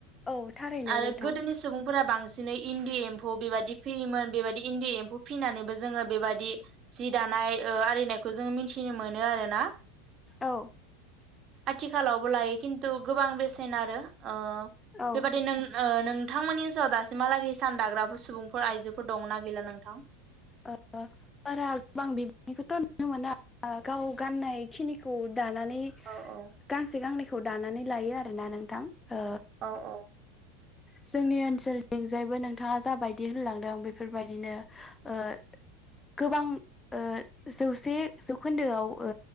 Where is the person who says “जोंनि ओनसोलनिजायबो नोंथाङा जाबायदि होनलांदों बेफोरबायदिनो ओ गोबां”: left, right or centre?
Left